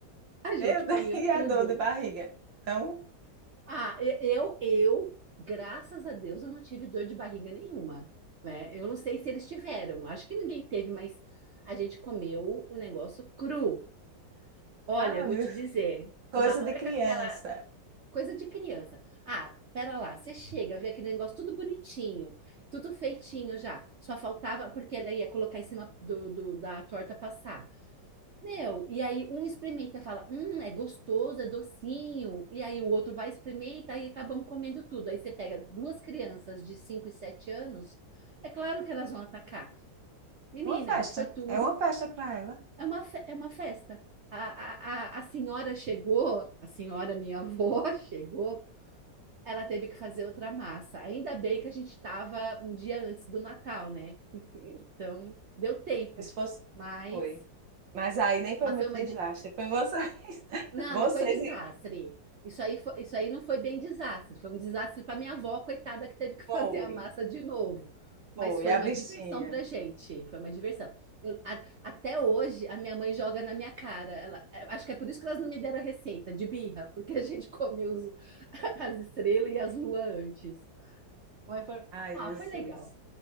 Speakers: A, on the right; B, on the right.
A: A gente
B: Eu <laughs>
A: comeu
B: dei a
A: tudo.
B: dor de barriga. Então,
A: Ah, eu, eu, graças a Deus, eu não tive dor de barriga nenhuma, né? Eu não sei se eles tiveram, acho que ninguém teve, mas a gente comeu o negócio cru. Olha,
B: ah,
A: eu vou
B: meu,
A: te dizer,
B: coisa
A: na
B: de
A: hora
B: criança.
A: que aquela coisa de criança. Ah, pera lá, você chega, vê aquele negócio tudo bonitinho, tudo feitinho já. Só faltava porque ela ia colocar em cima do, do- da torta passar. Meu, e aí um experimenta, fala, hum, é gostoso, é docinho. E aí o outro vai experimentar e acabamos comendo tudo. Aí você pega duas crianças de 5 e 7 anos, é claro que elas vão atacar. Menina,
B: Uma festa.
A: foi tudo.
B: É uma festa para ela.
A: É uma, fe- é uma festa. A, a, a, a senhora chegou, a senhora, minha avó, <laughs> chegou ela teve que fazer outra massa. Ainda bem que a gente estava um dia antes do Natal, né? <laughs> Então, deu tempo.
B: Se fosse...
A: Mas,
B: Foi. Mas aí nem foi
A: mas
B: muito
A: foi uma.
B: desastre.
A: de-
B: Foi vocês. <laughs>
A: Não,
B: Vocês
A: não foi desastre.
B: e...
A: Isso aí, foi, isso aí não foi bem desastre. Foi um desastre para minha avó, coitada, que teve que <laughs> fazer
B: Foi.
A: a massa de novo. Mas
B: Foi.
A: foi uma
B: A bichinha.
A: diversão para gente. Foi uma diversão. Eu- a- até hoje, a minha mãe joga na minha cara. Ela, é, acho que é por isso que elas não me deram a receita de birra, porque a gente comeu os- <laughs> as estrelas e as luas antes. Mas foi,
B: Ai,
A: ah,
B: Jesus.
A: foi legal.